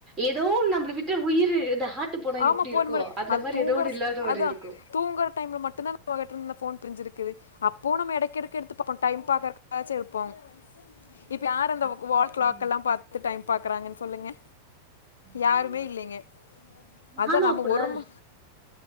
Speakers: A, on the right (about 25°); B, on the left (about 65°).
A: ஏதோ நம்மளை விட்டு உயிரு இந்த ஆஹட்டு போனா
B: ஆமா
A: எப்புடி
B: போன
A: இருக்கோ
B: முறை
A: அந்த
B: அது
A: மாறி
B: தூங்குற
A: ஏதோ ஒன்னு இல்லாத மாறி
B: அதா
A: இருக்கும்
B: தூங்குற டைம்ல மட்டு தா நம்மகிட்ட போன்னு பிரிஞ்சிருக்குது அப்பவு நம்ம எடக்எடுக்க எடுத்து பாப்போ டைம் பாக்கறகாச்சு எடுப்போ இப்ப யாரு அந்த
A: அப்
B: வால் கிளாக்
A: ம்
B: எல்லா பாத்து டைம் பாக்குறாங்கன்னு சொல்லுங்க
A: ஆமா
B: யாருமே இல்லைங்க
A: நானு
B: அதா நம்ம
A: அப்டிதா
B: ஒரு ம